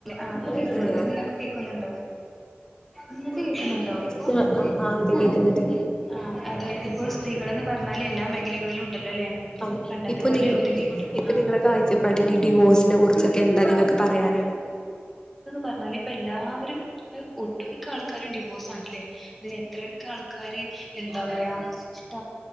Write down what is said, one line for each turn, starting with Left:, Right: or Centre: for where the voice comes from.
Centre: ആഹ് ഇപ്പൊ
Left: ആ
Centre: കേക്കുന്നുണ്ട് നിങ്ങൾക്ക് കേക്കുന്നുണ്ടോ നിങ്ങൾക്ക് കേക്കുന്നുണ്ടോ ഇപ്പൊ
Left: ആ ആഹ ആ അതെ കേക്കുന്ന്ണ്ട്
Centre: ആ ഇപ്പോൾ സ്ത്രീകൾന്ന് പറഞ്ഞാല് എല്ലാ മേഖലകളിലും ഉണ്ടല്ലോ അല്ലേ
Left: അതെ
Centre: പണ്ടത്തെ
Left: ഇപ്പൊ
Centre: പോലെ
Left: നി
Centre: ഒതുങ്ങി കൂടി
Left: ഇപ്പൊ
Centre: ആ
Left: നിങ്ങളെ കാഴ്ചപ്പാടിൽ ഈ ഡിവോഴ്സിനെ കുറിച്ചൊക്കെ എന്താ നിങ്ങക്ക് പറയാനുള്ളത്
Centre: പറഞ്ഞാല് ഇപ്പ എല്ലാവരും ഇപ്പ ഒട്ടുമിക്ക ആൾക്കാരും ഡിവോഴ്സ് ആണല്ലേ തെ എത്രയൊക്കെ ആൾക്കാാര് എന്താ പറയാ ഇഷ്ട